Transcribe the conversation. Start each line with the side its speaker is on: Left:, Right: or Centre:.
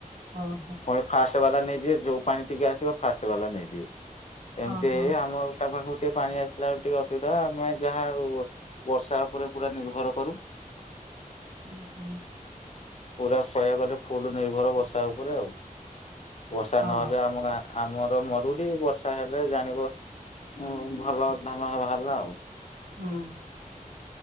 Right: ଓହୋ
Left: ପୁଣି ଫାଷ୍ଟ ବାଲା ନେଇଯିବେ, ଯୋଉ ପାଣି ଟିକେ ଆସିବ ଫାଷ୍ଟ ବାଲା ନେଇଯିବେ। ଏମିତି
Right: ହଁ
Left: ହେଇ
Right: ହଁ।
Left: ହେଇ ଆମ ଆଉ ତା ଟିକେ ପାଣି ଆସିଲା ଟିକେ ଅସୁବିଧା ଆମେ ଯାହା ହଉ ବର୍ଷା ଉପରେ ପୁରା ନିର୍ଭର କରୁ।
Right: ହୁଁ ହୁଁ।
Left: ପୁରା କହିବାକୁ ଗଲେ ଫୁଲ ନିର୍ଭର ବର୍ଷା ଉପରେ ଆଉ। ବର୍ଷା
Right: ହଁ।
Left: ନହେଲେ ଆମ ଗାଁ ଆମର ମରୁଡି ବର୍ଷା ହେଲେ ଜାଣିବ ଉ ଭଲ ଧାନ ହେଇ ବାହାରଲା ଆଉ।
Right: ହଁ।